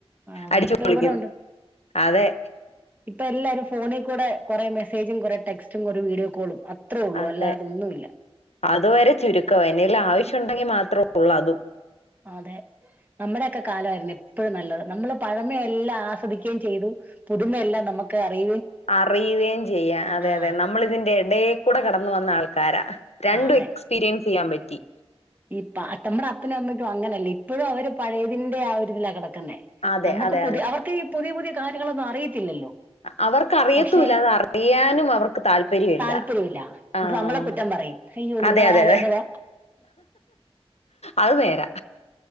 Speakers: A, on the right; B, on the left.
A: അതെ
B: അടിച്ചു
A: ഇപ്പൊ
B: പൊളിക്കുന്നു
A: എവിടെ ഉണ്ട്
B: അതെ
A: ഇപ്പൊ എല്ലാരും ഫോണിൽ കൂടെ കുറെേ മെസ്സേജും കുറെേ ടെക്സ്റ്റും കുറെ വീഡിയോ കോളും അ അത്രേ ഒള്ളൂ
B: അതെ
A: അല്ലാതെ ഒന്നുമില്ല
B: അതുവരെ ചുരുക്കവാ എന്തെങ്കിലും ആവശ്യം ഉണ്ടെങ്കിൽ മാത്രമേ ഒള്ളൂ അതും
A: അതെ നമ്മുടെക്കെ കാലായിരുന്നു എപ്പഴും നല്ലത് നമ്മള് പഴമേ എല്ലാം ആസ്വദിക്കുകയും ചെയ്തു ഇന്ന് എല്ലാം നമുക്ക് അറി
B: അറിയുകയും ചെയ്യാം അതെ
A: ആഹ്
B: അതെ നമ്മളിതിന്റെ എടേക്കൂടെ കടന്നു വന്ന ആൾക്കാരാ രണ്ടും
A: അതെ
B: എക്സ്പീരിയൻസ് ചെയ്യാൻ പറ്റി
A: ഈ പ്പാ നമ്മുടെ അപ്പനും അമ്മയ്ക്കും അങ്ങനെയല്ല ഇപ്പഴും അവര് പഴയതിന്റെ ആ ഒരുരിതിലാ കെടക്ക്ന്നേ
B: അതെ
A: നമ്മക്ക്
B: അതെ
A: പുതിയ
B: അതെ
A: അവർക്ക് ഈ പുതിയ പുതിയ കാര്യങ്ങളൊന്നും അറിയത്തില്ലല്ലോ
B: അവർക്ക് അറിയത്തൂല്ല
A: പക്ഷെ
B: അത അറിയാനും അവർക്ക് താല്പര്യമില്ല
A: താല്പര്യമില്ല എന്നിട്ട്
B: ആഹ്
A: നമ്മളെ കുറ്റം പറയും അയ്യോ നിങ്ങളെ
B: അതെ അതെ
A: ആലോചന
B: അതെ അത് നേരാ